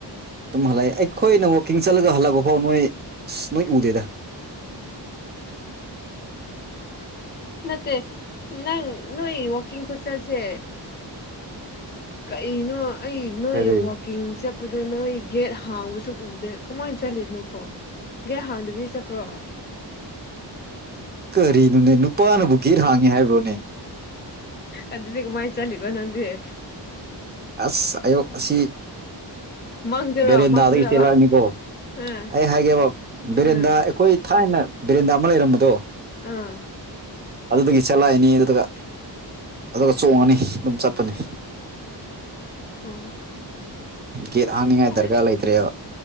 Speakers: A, on the right; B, on the left.
A: ꯑꯗꯨꯝ ꯍꯜꯂꯛꯑꯦ ꯑꯩꯈꯣꯏꯅ ꯋꯥꯛꯀꯤꯡ ꯆꯠꯂꯒ ꯍꯜꯂꯛꯄ ꯐꯥꯎ ꯅꯣꯏ ꯑꯁ ꯅꯣꯏ ꯎꯗꯦꯗ <unintelligible>
B: ꯅꯠꯇ ꯅꯪ ꯅ ꯋꯥꯀꯤꯡ ꯈꯨꯣꯠꯁꯁꯦ ꯀꯩꯅꯣ ꯑꯩ ꯅꯣꯏ
A: ꯀꯔꯤ
B: ꯋꯥꯛꯀꯤꯡꯁꯦ ꯑꯗꯨ ꯅꯣꯏ ꯒꯦꯠ ꯍꯥꯡꯕꯁꯨ ꯎꯗꯦ ꯀꯃꯥꯏꯅ ꯆꯠꯂꯤꯅꯣꯀꯣ ꯒꯦꯠ ꯍꯥꯡꯗ ꯆ ꯄꯨ꯭ꯔꯣ
A: ꯀꯔꯤꯅꯣꯅꯦ ꯅꯨꯄꯥꯅꯕꯨ ꯘꯦꯠ ꯍꯥꯡꯉꯤ ꯍꯥꯏꯕ꯭ꯔꯣꯅꯦ
B: ꯑꯗꯨꯗꯤ ꯀꯃꯥꯏꯅ ꯆꯠꯂꯤꯕ ꯅꯪꯗꯤꯦ
A: ꯑꯁ ꯑꯌꯣ ꯑꯁꯤ
B: ꯃꯪꯗꯔꯣ
A: ꯕꯦꯔꯦꯟꯗꯥꯗꯒꯤ
B: ꯃꯪꯗ꯭ꯔꯕ
A: ꯆꯦꯜꯂꯛꯑꯅꯤꯀꯣ
B: ꯑꯥ
A: ꯑꯩ ꯍꯥꯏꯒꯦꯕ ꯕꯦꯔꯦꯟꯗꯥ
B: ꯑꯥ
A: ꯑꯩꯈꯣꯏ ꯊꯥꯏꯅ ꯕꯦꯔꯦꯟꯗꯥ ꯑꯃ ꯂꯩꯔꯝꯕꯗꯣ
B: ꯑꯥ
A: ꯑꯗꯨꯗꯒꯤ ꯆꯠꯂꯛꯏꯅꯤ ꯑꯗꯨꯒ ꯑꯗꯨꯒ ꯆꯣꯡꯉꯅꯤ ꯑꯗꯨꯝ ꯆꯠꯄꯅꯤ
B: ꯎꯝ
A: ꯒꯦꯠ ꯍꯥꯡꯅꯤꯡꯉꯥꯏ
B: ꯐꯔꯦ
A: ꯗꯔꯀꯥꯔ ꯂꯩꯇ꯭ꯔꯦꯕ